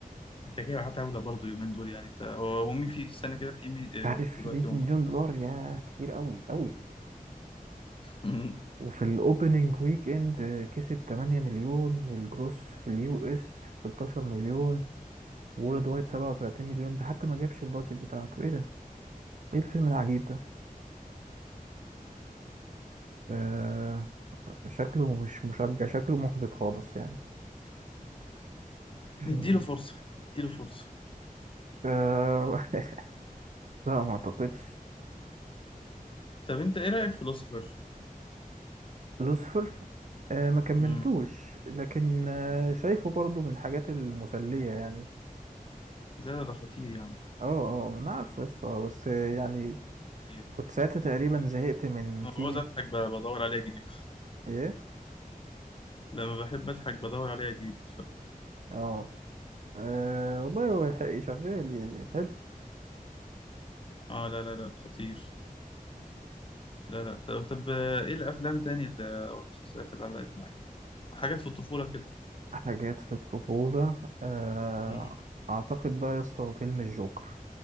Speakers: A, on the left (about 35°); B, on the right (about 55°).
A: انت جاي معاه طاوله برضه يومين دول يعني انت هو مين في في السنه كده في مين
B: انت
A: آه،
B: عارف
A: دلوقتي
B: 100
A: موجود
B: مليون دولار يا كتير قوي قوي
A: <laughs> مم.
B: وفي الاوبننج ويك اند كسب 8 مليون والجروس في اليو اس 16 مليون وولد وايت 37 مليون ده حتى ما جابش البادجت بتاعته ايه ده ايه الفيلم العجيب ده آه شكله مش مشجع شكله محبط خالص يعني مم.
A: نديله فرصه نديله فرصه
B: آه <laughs> لا ما اعتقدش
A: طب انت ايه رايك في لوسيفر؟
B: لوسفر آه ما كملتوش
A: امم
B: لكن آه شايفه برضو من الحاجات المسلية يعني
A: ده ده خطير يعني
B: اه اه انا عارف قصة بس يعني
A: خطير.
B: كنت ساعتها تقريبا زهقت من
A: انا
B: تيمة
A: بعوز اضحك ب- بدور عليه اجيبه
B: ايه
A: لما بحب اضحك بدور عليه اجيبه
B: اه آه، والله هو حق- شغال يعني حلو
A: اه لا لا لا خطير لا لا طب طب آه، ايه الافلام تاني اللي- او المسلسلات اللي علقت معاك حاجات في الطفولة كده
B: حاجات في الطفولة آه،
A: مم.
B: أعتقد بقى يا اسطى فيلم الجوكر